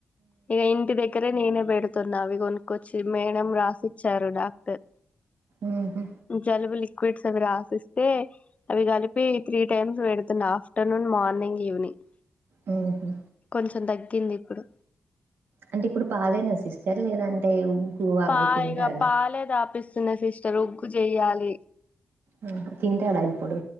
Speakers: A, on the left; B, on the right.
A: ఇగ ఇంటి దగ్గరే నేనే పెడుతున్నా అవి కొనుక్కొచ్చి మేడం రాసిచ్చారు డాక్టర్
B: ఊహు
A: జలుబు లిక్విడ్స్ అవి రాసిస్తే అవి కలిపి త్రీ టైమ్స్ పెడుతున్నా ఆఫ్టర్నూన్ మార్నింగ్ ఈవినింగ్
B: ఉ హు
A: కొంచెం తగ్గింది ఇప్పుడు
B: అంటే ఇప్పుడు పాలేనా సిస్టర్ లేదంటే అవి
A: పాయిగా
B: తింటాడా
A: పాలే దాపిస్తున్నా సిస్టర్ ఉగ్గు చెయ్యాలి
B: అ హా తింటాడ ఇపుడు